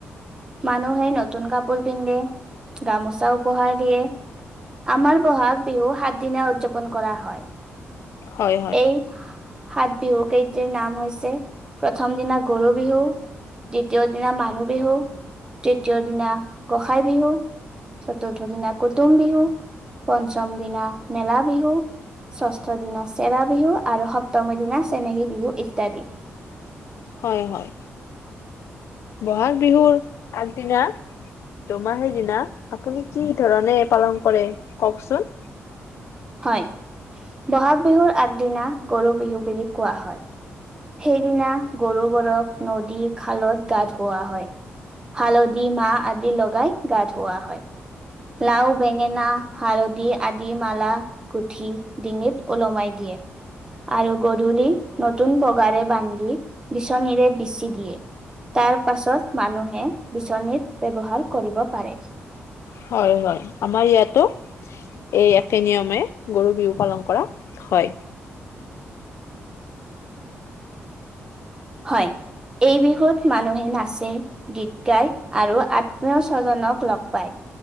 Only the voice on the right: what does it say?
মানুহে নতুন কাপোৰ পিন্ধে গামোচা উপহাৰ দিয়ে আমাৰ বহাগ বিহু সাত দিনা উদযাপন কৰা হয়।
এই সাত বিহু কেইটিৰ নাম হৈছে প্ৰথম দিনা গৰু বিহু - দ্বিতীয় দিনা মানুহ বিহু, তৃতীয় দিনা গোসাঁই বিহু। চতুৰ্থ দিনা কুটুম বিহু পঞ্চম দিনা মেলা বিহু, ষষ্ঠ দিনা চেৰা বিহু, আৰু সপ্তমীৰ দিনা চেনেহী বিহু ইত্যাদি।
হয়, বহাগ বিহুৰ আগদিনা গৰু বিহু বুলি কোৱা হয়। সেইদিনা গৰুবোৰক নদী, খালত গা ধুৱোৱা হয়। হালদি, মাহ আদি লগাই গা ধুওৱা হয়। লাও বেঙেনা হালদি আদি মালা গুঠি ডিঙিত ওলমাই দি <unintelligible> আৰু গধূলি নতুন পগাৰে বান্ধি বিচনীৰে বিচি দিয়ে তাৰ পাছত মানুহে বিচনীৰ ব্যৱহাৰ কৰিব পাৰে।
হয়। এই বিহুত মানুহে নাচে, গীত গায়, আৰু আত্মীয় স্বজনক লগ পায়।